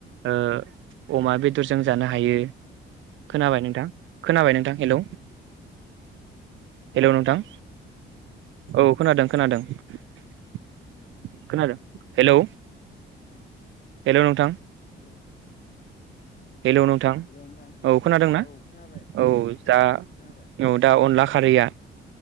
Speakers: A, on the right; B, on the left.
A: ओ अमा बे दरजों जानो
B: हेलौ
A: हायो खोनाबाय नोंथां खोनाबाय नोंथां हेलौ हेलौ नोंथां औ खोनादों-खोनादों-खोनादों हेलौ हेलौ नोंथां
B: हेलौ
A: हेलौ नोंथां
B: हेलौ नोंथां
A: औ खोनादोंना
B: औ खोनाबाय
A: औ दा
B: दासो खोनाबाय
A: औ दा अनला खारैया